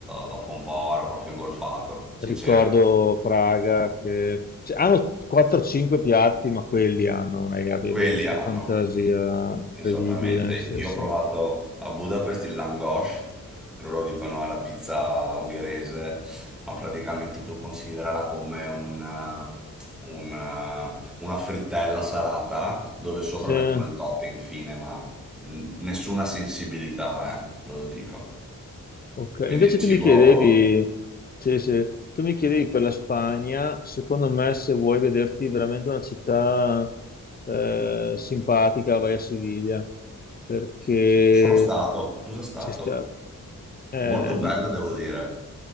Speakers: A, in the centre; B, on the left.
A: dopo un po' ero proprio ingolfato, sincero.
B: ricordo Praga che cioè, hanno 4-5 piatti, ma quelli hanno, ragazzi, avevo
A: Quelli
B: questa
A: hanno.
B: fantasia incredibile.
A: Esattamente, io
B: Sì, sì.
A: ho provato a Budapest il langos, loro dicono è la pizza ungherese, ma praticamente tu considerala come un, eh, un, eh, una frittella salata dove sopra
B: Sì,
A: mettono
B: ok,
A: il topping, fine, ma n- nessuna sensibilità, eh, te lo dico.
B: ok.
A: Quindi
B: Invece
A: il
B: tu
A: cibo...
B: mi chiedevi, sì, sì, tu mi chiedevi per la Spagna, secondo me se vuoi vederti veramente una città eh, simpatica, vai a Siviglia, perché
A: Sono stato, sono già stato,
B: c'è sta- eh,
A: molto bella devo dire.